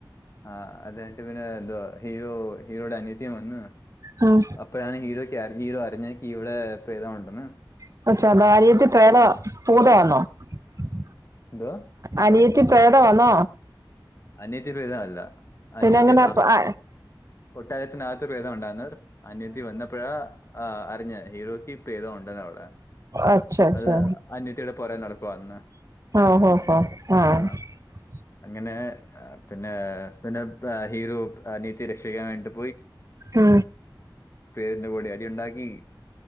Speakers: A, on the left; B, on the right.
A: ആഹ് അതെ ന്നിട്ട് പിന്നെ തോ ഹീറോ ഹീറോയുടെ അനത്തി വന്ന്
B: ഉം
A: അപ്പൊ ഞൻ ഹീറോയ്ക്ക് ഹീറോ അറിഞ്ഞനിക്ക് ഇവിടെ പ്രേതമുണ്ടന്ന്
B: <unintelligible>
A: എന്തോ
B: അനിയത്തി പ്രേതവാന്നോ?
A: അനീത്തി പ്രേതഅല്ല <unintelligible> അനിയത്തി
B: അങ്ങനെ അച്ഛാ
A: കൊട്ടാരത്തിനകത്ത് പ്രേതം <unintelligible> അനിയത്തി വന്നപ്പഴാ അറിഞ്ഞത് ഹീറോയ്ക്ക് പ്രേതമുണ്ട <unintelligible>
B: അച്ഛാ അച്ഛാ
A: അത് അന്യത്തിടെ പുറേ നടക്കുവാന്ന്
B: <unintelligible>
A: ആ അങ്ങനെ പിന്നെ പിന്നെ ഹീറോ അനീത്തി രക്ഷിക്കാൻ വേണ്ടിട്ട്
B: ആ
A: പേരിന്റെ കൂടെ അടി ഉണ്ടാക്കി